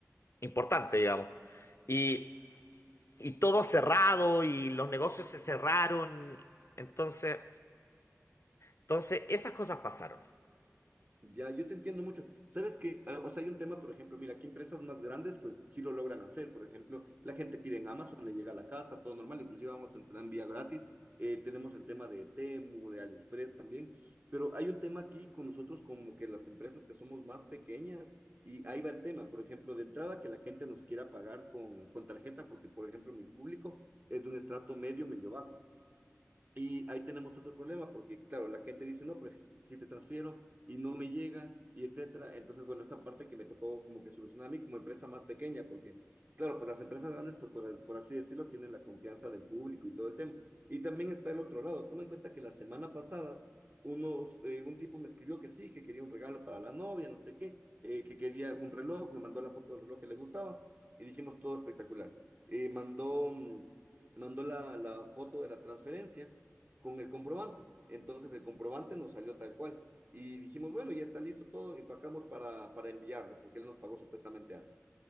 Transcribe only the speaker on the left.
importante, digamos. Y, y todo cerrado y los negocios se cerraron. Entonces, entonces esas cosas pasaron.